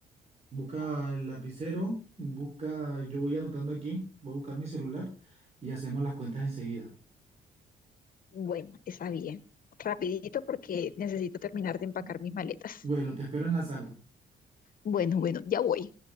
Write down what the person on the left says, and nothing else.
Bueno, está bien. Rapidito porque necesito terminar de empacar
mis maletas.
Bueno, bueno, ya voy.